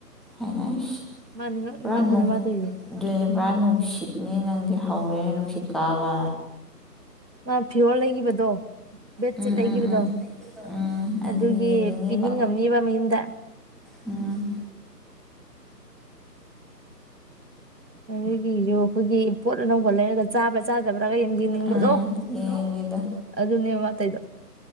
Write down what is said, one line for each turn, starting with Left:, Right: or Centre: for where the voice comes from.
Centre: ꯑꯩꯅ ꯍꯩꯁ
Right: ꯃꯥ ꯅꯤꯡꯉꯛ
Centre: ꯄꯨꯔꯥ
Right: ꯅꯤꯡꯉꯛꯄꯅꯦ
Centre: <unintelligible>
Right: ꯃꯥ ꯇꯧꯔꯤꯁꯦ
Centre: ꯑꯗꯨꯅꯤ ꯄꯨꯔꯥ ꯅꯨꯡꯁꯤꯠꯅꯤ ꯅꯪꯗꯤ ꯍꯧꯔꯦ <inaudible> ꯀꯥꯕ
Right: ꯃꯥ ꯐꯤꯔꯣꯜ ꯂꯩꯒꯤꯕꯗꯣ ꯕꯦꯠꯁꯤꯠ
Centre: ꯎꯝ ꯎꯝ
Right: ꯂꯩꯈꯤꯕꯗꯣ
Centre: ꯎꯝ ꯎꯝ
Right: ꯑꯗꯨꯒꯤ
Centre: ꯌꯦꯡꯅꯤꯡꯉꯤꯕ
Right: ꯄꯤꯅꯤꯡꯉꯝꯅꯦꯕ ꯃꯌꯨꯝꯗ
Centre: ꯎꯝ
Right: <unintelligible> ꯄꯣꯠ ꯑꯅꯧꯕ ꯂꯩꯔꯒ ꯆꯥꯕ꯭ꯔꯥ ꯆꯥꯗꯕ꯭ꯔꯥꯒ ꯌꯥꯝ ꯌꯦꯡꯅꯤꯡꯕꯗꯣ
Centre: ꯎꯝ ꯌꯦꯡꯗ
Right: ꯑꯗꯨꯅꯦꯕ ꯃꯥ ꯇꯧꯏꯗꯣ